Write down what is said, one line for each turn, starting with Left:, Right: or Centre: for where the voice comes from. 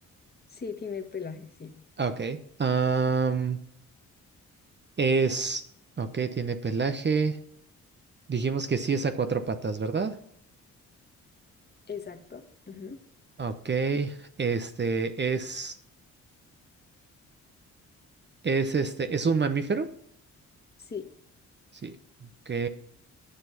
Left: sí, tiene pelaje, sí,
Right: Ok. Am, es, ok, tiene pelaje. Dijimos que sí es a cuatro patas, ¿verdad?
Left: exacto. ujú,
Right: Ok, este es... Es este, ¿es un mamífero?
Left: Sí,
Right: Sí. Ok.